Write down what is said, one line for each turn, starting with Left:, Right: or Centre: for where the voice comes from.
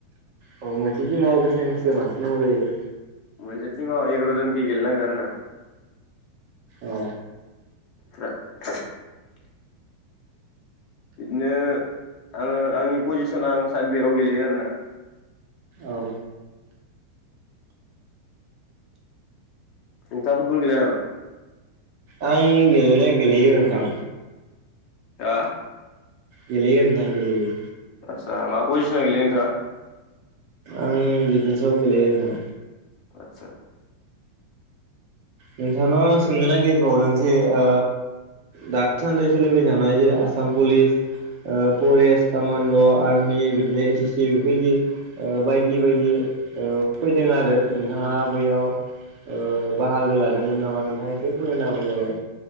Right: औ मोनसे टिमा बेसेनसो मानसि नांगौजायो।
Left: मोनसे टिमाव एग्रा जन खि गेल नांगौ आरोना?
Right: औ।
Left: <unintelligible> बिदिनो आङो आंनि पजिसन आं साइदबेकआव गेलेयो आरोना।
Right: औ।
Left: ओन्थांआ फुटबल गेलया नामा।
Right: आं गेलेनाय गेलेयो होनोंथां
Left: ओ
Right: गेलेयो नोंथां गेलेयो
Left: आतसा मा पजिसना गेले नोंथाङा
Right: आं डिफेन्सआव गेलेनो थां
Left: आतसा
Right: नोंथांनाव आं सोंनो नागिरबावदों जे ओ दासान्दि सोलिबाय थानाय जे आसाम पुलिस ओ फरेस्ट कामान्ड' आर्मि बिदिनो एस एस सि बेफोरबायदि बायदि बायदि ओ फैदों आरो नोंथाङा बैयाव ओ बाहागो लोगो लादोंमोन नामा नोंथाङा एसे फोरायना होबानो जाबाय